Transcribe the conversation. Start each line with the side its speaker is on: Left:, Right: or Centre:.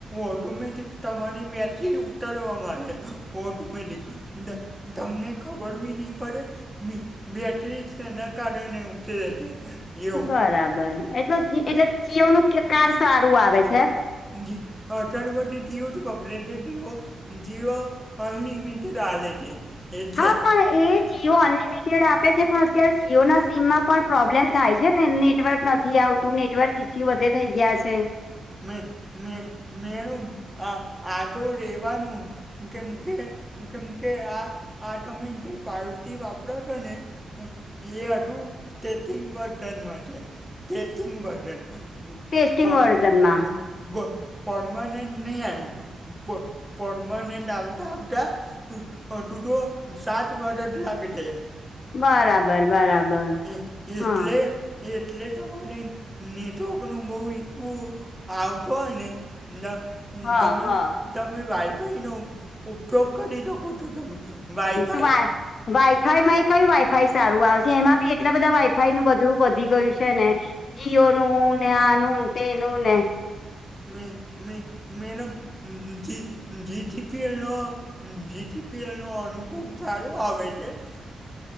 Centre: ઓટોમેટિક, તમારી બેટરી ઉતરો મારે ઓટોમેટિક, તમને ખબર બી નહી પડે, બેટરી સેના કારણેને ઉટરે છે. એવું
Left: બરાબર એટલે એટલે જીઓનું કે કાર સારું આવે છે.
Centre: જી અત્યારે તો બધે જીઓ જ વપરાય ટીઓ, જિયો અનલિમિટેડ આલે છે. એટલે
Left: હા પણ એ જીયો અન લિ લિમિટેડ આપે છે પણ અત્યારે જીઓ ના સીમમાં પણ પ્રોબ્લેમ થાય છે ને નેટવર્ક નથી આવ તું નેટવર્ક ઈ વધે થઇ ગયા છે.
Centre: મે મે મે <unintelligible> આ આટો રેવારનું, કેમકે કેમકે આટોમે જે <unintelligible> વાપરો છો ને, એ હતું તેટિંગ બર્તન માટે તેટિંગ બર્તન, <unintelligible>
Left: ટેસ્ટિંગ વર્ઝનમાં
Centre: પરમનેન્ટ નહીં આવું પર પરમનેન્ટ આવતા આવતા. <unintelligible> સાત વાગે લાગટે,
Left: બરાબર બરાબર,
Centre: હ એટલે
Left: હા
Centre: એટલે તમારે નેટવર્ક નું બહુ ઇચુ, આવતો હોયને ને લ
Left: હા
Centre: તમે
Left: હા
Centre: તમે વાઈફાઈનો ઉપયોગ કરી શકો છો તમે, વાઈફાઈ
Left: તો વા વાઈફાઇ મા કયુ વાઈ ફાઈ સારું આવે છે એમાં બી એટલા બધા વાઈફાઈ નું બધું વધી ગયું છે ને જીઓ નું ને આનું તે નું ને,
Centre: મે મે મેડમ જી જીટીપી એનો- - જીટીપી નો અનુભવ ચાર આવેતે- -